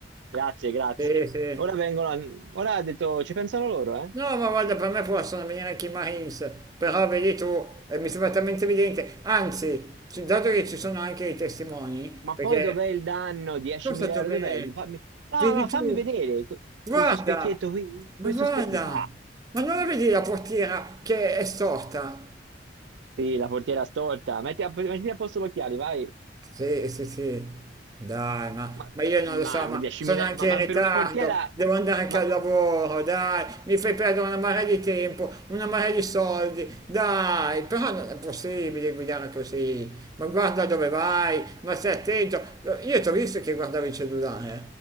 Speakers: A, on the right; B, on the right.
A: Grazie, grazie.
B: sì, sì.
A: Ora vengono, a- ora ha detto, ci pensano loro, eh?
B: No, ma guarda, per me possono venire anche i Marines, però vedi tu, eh, mi sembra talmente evidente. Anzi, ci- dato che ci sono anche i testimoni,
A: Ma
B: perché
A: poi dov'è il danno? 10.000
B: cosa dove...
A: euro, dov'è? Fammi... No,
B: Vedi
A: no,
B: tu,
A: fammi vedere que-
B: guarda,
A: questo specchietto qui,
B: ma
A: questo
B: guarda,
A: specchietto...
B: ma non la vedi la portiera che è storta?
A: Sì, la portiera storta. Metti a, mettiti a posto gli occhiali, vai.
B: Sì, sì, sì, dai, ma,
A: Ma,
B: ma io non lo so,
A: ma
B: ma
A: 10.000,
B: sono anche
A: ma, ma
B: in ritardo,
A: per una portiera...
B: devo andare anche
A: Ma
B: al lavoro, dai, mi fai perdere una marea di tempo, una marea di soldi, dai, però non è possibile guidare così, ma guarda dove vai, ma stai attento, io ti ho visto che guardavi il cellulare,